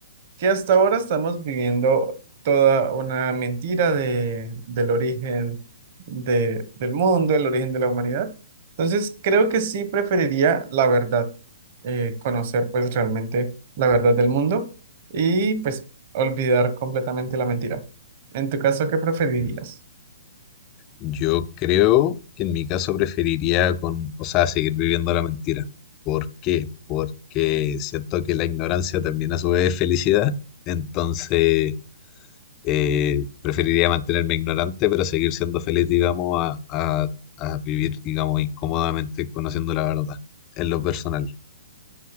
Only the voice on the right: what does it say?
que hasta ahora estamos viviendo toda una mentira de, del origen de- del mundo, el origen de la humanidad. Entonces creo que sí preferiría la verdad eh, conocer pues realmente la verdad del mundo y pues olvidar completamente la mentira. En tu caso, ¿qué preferirías?